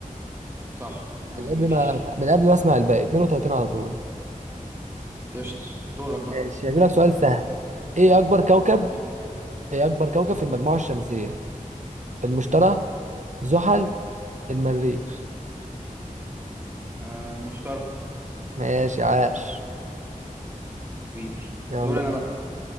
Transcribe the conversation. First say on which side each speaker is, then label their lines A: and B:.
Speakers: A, on the right; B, on the right.
A: صح يا عم
B: من
A: ماشي
B: قبل ما من قبل ما اسمع الباقي 32 على طول
A: قشط دورك بقى
B: ماشي هجيب لك سؤال سهل ايه اكبر كوكب
A: قول لي
B: ايه اكبر كوكب في المجموعة الشمسية المشتري زحل المريخ
A: أه المشترى
B: ماشي عاش
A: حبيبي
B: يلا
A: دور انا
B: بينا
A: بقى